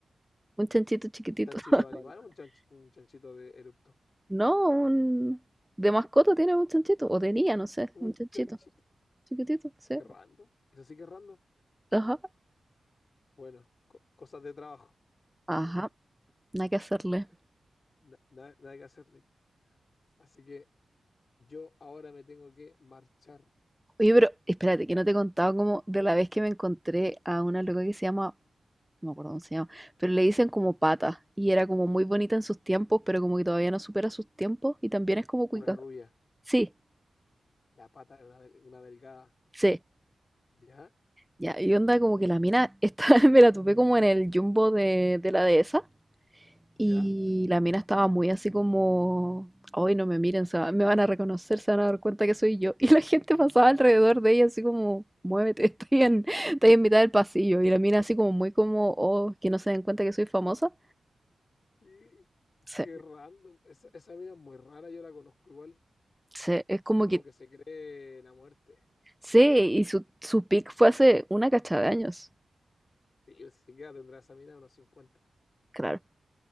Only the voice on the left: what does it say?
¿Chanchito
de animal o un, chanch- un chanchito de erupto?
Un
chanchito.
Qué random. Eso sí que es random.
Bueno, co- cosas de trabajo.
Na- na- nada que hacerle. Así que yo ahora me tengo que marchar.
Una rubia.
La pata de una, del- una delgada.
¿Ya?
¿Ya?
Y
qué random. Esa, esa mina es muy rara. Yo la conozco igual.
Es como
que se cree la muerte.
Sí, o sea, que tendrá esa mina unos cincuenta